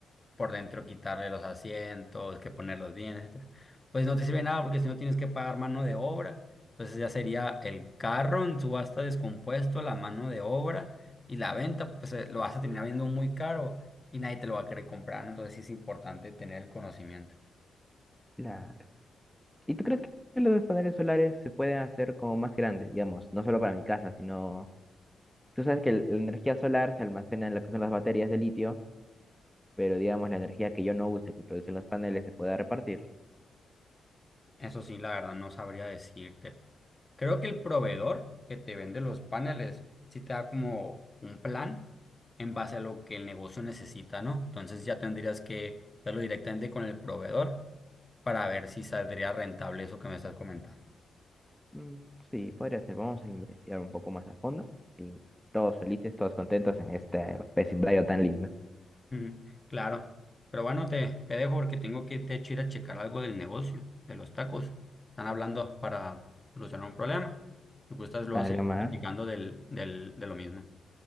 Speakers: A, on the left; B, in the centre.
A: por dentro quitarle los asientos, que poner los bienes etcétera. Pues no te sirve nada porque si no tienes que pagar mano de obra. Entonces ya sería el carro en subasta descompuesto, la mano de obra y la venta, pues eh, lo vas a terminar viendo muy caro y nadie te lo va a querer comprar. ¿no? Entonces sí es importante tener el conocimiento.
B: Claro. ¿Y tú crees que los paneles solares se pueden hacer como más grandes, digamos, no solo para mi casa, sino, tú sabes que el- la energía solar se almacena en lo que son las baterías de litio pero digamos la energía que yo no use, que producen los paneles, se pueda repartir.
A: Eso sí, la verdad no sabría decirte, Creo que el proveedor que te vende los paneles sí te da como un plan en base a lo que el negocio necesita, ¿no? Entonces ya tendrías que verlo directamente con el proveedor para ver si saldría rentable eso que me estás comentando.
B: Mm, sí, podría ser. Vamos a investigar un poco más a fondo. Sí, todos felices, todos contentos en este vecindario tan lindo.
A: Mm, claro. Pero bueno, te, te dejo porque tengo que de hecho ir a checar algo del negocio, de los tacos. Están hablando para solucionar un problema. Si gustas luego
B: Dale,
A: seguir
B: Mar.
A: platicando del, del, de lo mismo.